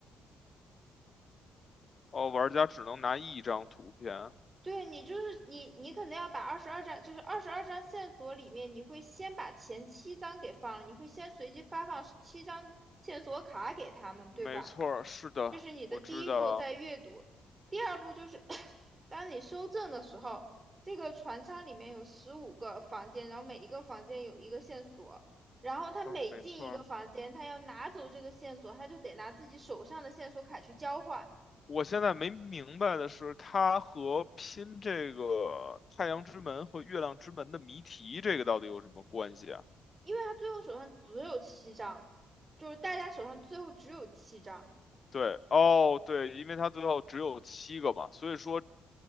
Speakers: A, on the left; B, on the right.
A: 哦，玩家只能拿一张图片，
B: 对你就是你，你可能要把二十二张，就是二十二张线索里面，你会先把前七张给放了，你会先随机发放七张线索卡给他们，对吧？
A: 没错儿是的，
B: 这是你的第一步，
A: 我知道，
B: 在阅读。第二步就是 <coughs> 当你收证的时候，这个船舱里面有十五个房间，然后每一个房间有一个线索，然后他每进一个房间，
A: 嗯，没错儿
B: 他要拿走这个线索，他就得拿自己手上的线索卡去交换。
A: 我现在没明白的是，它和拼这个太阳之门和月亮之门的谜题，这个到底有什么关系？啊？
B: 因为他最后手上只有七张，就是大家手上最后只有七张。
A: 对，哦，对，因为他最后只有七个嘛，所以说，